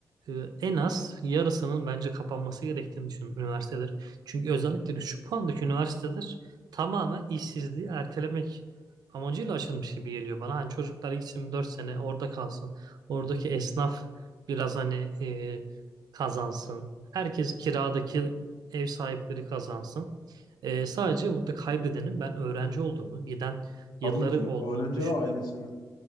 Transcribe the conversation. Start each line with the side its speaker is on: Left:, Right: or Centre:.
Right: e, en az yarısının bence kapanması gerektiğini düşünüyorum üniversiteler. Çünkü özellikle düşük puandaki üniversiteler tamamen işsizliği ertelemek amacıyla açılmış gibi geliyor bana. Hani çocuklar gitsin 4 sene orada kalsın. Oradaki esnaf biraz hani e, kazansın. Herkes kiradaki ev sahipleri kazansın. E, sadece burada kaybedenin ben öğrenci olduğunu, giden yılları
Left: tabii ki
Right: olduğunu
Left: öğrenci
Right: düşünüyorum.
Left: ve ailesinin